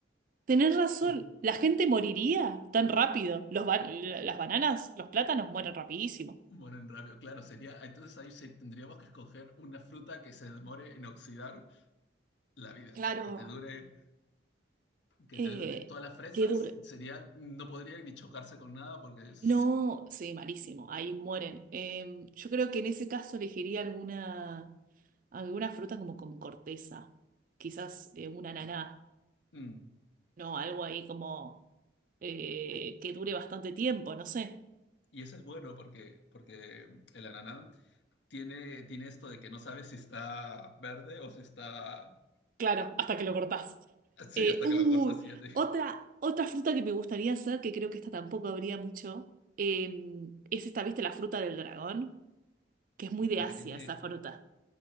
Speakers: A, on the right (about 50°); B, on the left (about 75°).
A: Tenés razón,
B: <laughs>
A: la gente moriría tan rápido. Los ba- la- las bananas, los plátanos mueren rapidísimo.
B: mueren rápido, claro, sería, entonces ahí se, tendríamos que escoger una fruta que se demore en oxidar la vida,
A: Claro.
B: que te dure, que
A: Eh,
B: te dure. Todas las fresas
A: qué duro.
B: serían, no podrían ni chocarse con nada porque es,
A: No, sí, malísimo, ahí mueren. Eh, yo creo que en ese caso elegiría alguna, alguna fruta como con corteza, quizás eh, un ananá,
B: Mm.
A: no, algo ahí como eh, que dure bastante tiempo, no sé.
B: Y eso es bueno porque, porque el ananá tiene, tiene esto de que no sabes si está verde o si está...
A: Claro, hasta que lo cortás.
B: Sí,
A: Eh,
B: hasta
A: uy,
B: que lo cortas y ya te...
A: otra, otra fruta que me gustaría hacer, que creo que esta tampoco habría mucho, eh, es esta, ¿viste? La fruta del dragón, que es muy de
B: La
A: Asia
B: que tiene,
A: esa fruta.